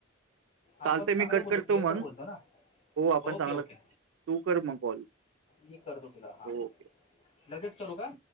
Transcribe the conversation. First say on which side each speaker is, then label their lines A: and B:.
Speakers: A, on the left (about 35°); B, on the right (about 85°).
A: आपणं
B: चालतं
A: चांगलं
B: आहे मी कट
A: बोलतो
B: करतो
A: क्लिअर
B: मग
A: कंट बोलतो नां
B: हो आपण
A: ओके
B: चांगलं
A: ओके
B: तू कर मग कॉल
A: मी करतों तुलां हां
B: हो
A: हां थँ लगेचं करूं कां